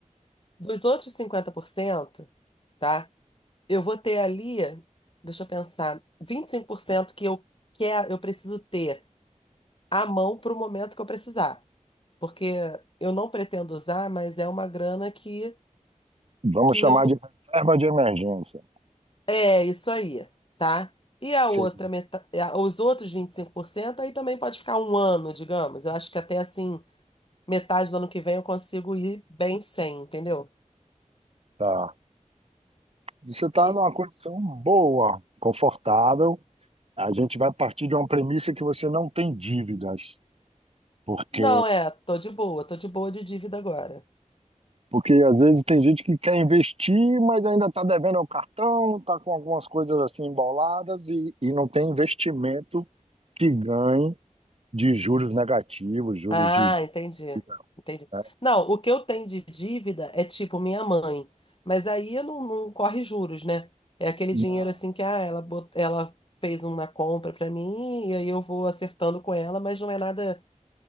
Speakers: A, on the left; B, on the right.
A: Dos outros 50%, tá? Eu vou ter ali, deixa eu pensar, 25% que eu, que é- eu preciso ter à mão para o momento que eu precisar. Porque eu não pretendo usar, mas é uma grana que,
B: Vamos
A: que
B: chamar
A: eu não.
B: de reserva de emergência.
A: É isso aí, tá? E a outra
B: Seria.
A: metade, os outros 25% aí também pode ficar um ano, digamos. Eu acho que até assim, metade do ano que vem eu consigo ir bem sem, entendeu?
B: Tá. Você está
A: E
B: numa condição boa, confortável. A gente vai partir de uma premissa que você não tem dívidas, porque
A: não, é, tô de boa, tô de boa de dívida agora.
B: Porque às vezes tem gente que quer investir, mas ainda está devendo ao cartão, está com algumas coisas assim emboladas e, e não tem investimento que ganhe de juros negativos, juros
A: Ah,
B: de dívida,
A: entendi. Entendi.
B: né?
A: Não, o que eu tenho de dívida é tipo minha mãe, mas aí não, não corre juros, né? É aquele
B: Não,
A: dinheiro assim que ah, ela, bot... ela fez uma compra pra mim e aí eu vou acertando com ela, mas não é nada